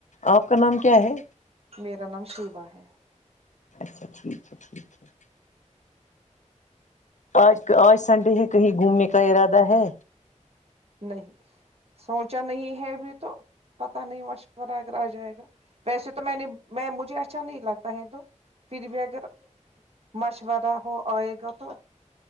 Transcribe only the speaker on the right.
میرا نام شوا ہے
نہیں سوچا نہیں ہے بھی تو پتہ نہیں مشورہ اگر آ جائے گا ویسے تو میں نے میں مجھے اچھا نہیں لگتا ہے تو پھر بھی اگر مشورہ ہو آئے گا تو